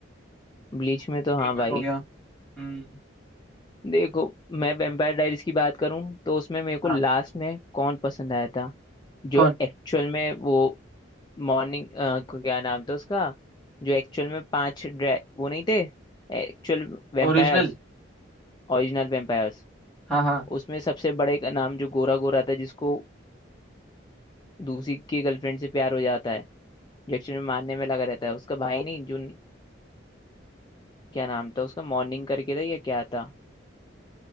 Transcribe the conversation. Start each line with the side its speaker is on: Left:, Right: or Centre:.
Left: ब्लीच में तो हाँ
Centre: डेमन
Left: भाई
Centre: हो गया हम्म
Left: देखो मैं वेम्पायर डायरीज की बात करूं तो उसमें मेरे को
Centre: हाँ
Left: लास्ट में कौन पसंद आया था जो
Centre: कौन
Left: एक्चुअल में वो मॉर्निंग क्या नाम था उसका जो एक्चुअल में पांच ड्रै- वो नहीं थे एक्चुअल वेम्पायर्स
Centre: ओरिजिनल
Left: ओरिजिनल वेम्पायर्स
Centre: हाँ हाँ
Left: उसमें सबसे बड़े का नाम जो गोरा गोरा था जिसको दूसरी की गर्लफ्रेंड से प्यार हो जाता है जो एक्चुअल में मारने में लगा रहता है उसका भाई नहीं जो क्या नाम था उसका मॉर्निंग करके था या क्या था